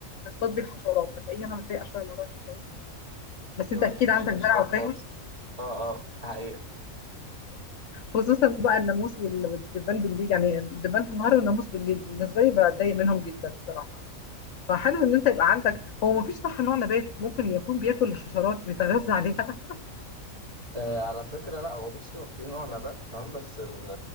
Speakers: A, on the left (about 65°); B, on the right (about 25°).
A: بيصطاد بيه الحشرات هتلاقيني انا متضايقه شويه من موضوع الحشرات ده. بس
B: لو
A: انت
B: ما
A: اكيد
B: بتحبيش
A: عندك
B: الحشرات
A: دلع وفاهم
B: خالص اه اه ده حقيقة
A: خصوصا بقى الناموس وال- والدبان بالليل يعني الدبان في النهار والناموس بالليل بالنسبه لي بتضايق منهم جدا بصراحه فحلو ان انت يبقى عندك هو ما فيش صح نوع نبات ممكن يكون بياكل الحشرات بيتغذى عليها
B: آه على فكرة لا هو بصي هو في نوع نبات تمام بس ال-